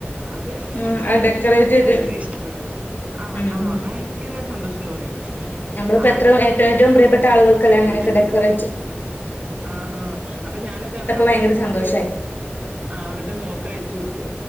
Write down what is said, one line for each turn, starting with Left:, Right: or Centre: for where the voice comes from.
Right: അത് അത്
Left: ആഹ്
Right: നിക്ക്
Left: ഡെക്കറേറ്റ്
Right: ഭയങ്കരട്ട്
Left: ചെയ്ത്
Right: ഇഷ്ടപ്പെട്ടു ആഹ്
Left: ഉം
Right: ആഹ്
Left: ഉം
Right: ഭയങ്കര സന്തോഷം തോന്നി
Left: നമ്മളിപ്പോ
Right: ആഹ്
Left: എത്ര ഏറ്റ ഏറ്റവും പ്രിയപ്പെട്ട ആളുകൾക്കല്ല
Right: എനിക്ക്
Left: അങ്ങനൊക്കെ
Right: ഇഷ്ടപ്പെടും
Left: ഡെക്കോറേ
Right: ആഹ് ആഹ് അപ്പൊ ഞാനത് അവരുടെ
Left: ഭയങ്കര
Right: മോക്ക്
Left: സന്തോഷായി
Right: ആഹ് അവര്ടെ മോക്ക് അയച്ചു കൊടുത്തു